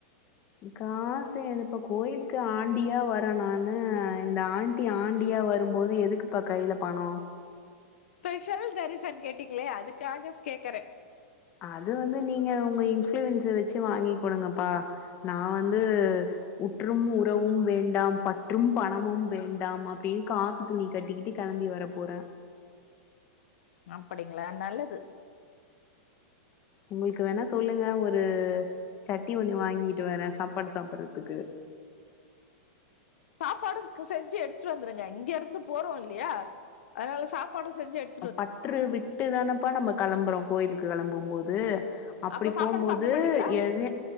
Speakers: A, on the left; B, on the left.
A: காசு ஏதுப்பா கோயிலுக்கு ஆண்டியா வரே நானு இந்த ஆ ண்ட்டி ஆண்டியா வரும்போது எதுக்குப்பா கைல பணோ
B: ஸ்பெஷல் தரிசன் கேட்டீங்ளே அதுக்காக கேக்கறே
A: அது வந்து நீங்க உங்க இன்ஃபுளுயன்ஸ்சு வெச்சி வாங்கி குடுங்கப்பா நா வந்து உற்றும் உறவும் வேண்டாம் பற்றும் பணமும் வேண்டாம் அப்டே காவி த்துணி கட்டிக்கிட்டு கெளம்பி வர போறே
B: அப்படிங்ளா நல்லது
A: உங்ளுக்கு வேணா சொல்லுங்க ஒரு சட்டி ஒண்ணு வாங்கிட்டு வரே சாப்பாடு சாப்பறதுக்கு
B: சாப்பாடு க் செஞ்சு எடுத்துட்டு வந்துருங்க இங்கருந்து போறோ இல்லியா அதனால சாப்பாடு செஞ்சு எடு
A: பற்று விட்டுதானப்பா நம்ம களம்பறோ கோயிலுக்கு களம்பு போது அப்டி
B: அப்ப சாப்பாடு
A: போம்போது
B: சாப்ட மாட்டீங்களா
A: எதை